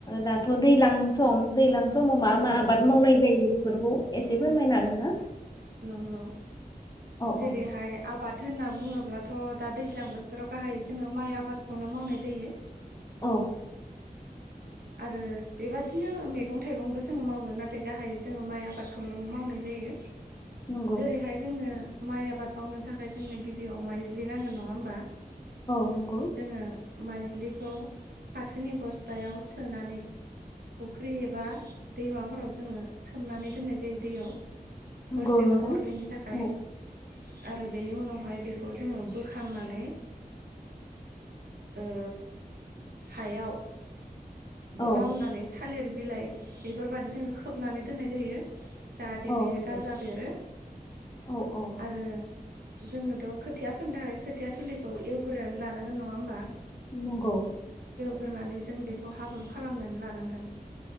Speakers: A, on the left; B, on the right.
A: दाथ' दैज्लां सम दैजलां स माव मा
B: औ
A: मा आबाद मावनाय जायो बेफोरखौ एसे फोरमायनो हागोन ना?
B: नंगौ
A: औ
B: जेरैहाय
A: औ
B: आबाद होनना बुङोब्लाथ' दा दैज्लां बोसोराव गाहाय जोङो माइ आबादखौनो मावनाय जायो।
A: औ।
B: आरो बेबादिनो मैगं थाइगंबो जोङो मावो नाथाय गाहाय जोङो माइ आबादखौनो मावनाय जायो।
A: नंगौ
B: जेरैहाय जोंनो माइ आबाद मावनो थाखाय जोंनो गिबियाव माइज्लि नांगोन नङा होमबा?
A: औ नंगौ।
B: जोङो माइज्लिखौ फाथोनि बस्थायाव सोनानै फुख्रि एबा दैमाफोराव जोङो सोमनानै दोननाय जायो दैयाव।
A: नंगौ
B: हरसेबा
A: नोंथां
B: हरनैनि थाखाय।
A: औ
B: आरो बेनि उनावहाय बेखौ जोङो बोखांनानै ओ हायाव
A: औ
B: लामनानै था लिर बिलाइ बेफोरबायदि जोङो खोबनानै दोननाय जायो। जाहाथे
A: औ
B: बियो
A: नंगौ
B: गाजा बेरो
A: औ औ
B: आरो जोंनोथ' खोथिया फोननो थाखाय खोथिया थुलिखौ एवगोरानै लानांगोन नङा होमबा?
A: नंगौ।
B: ग्रोनानै जों बे खौ हाब्रु खालामनानै लानांगोन।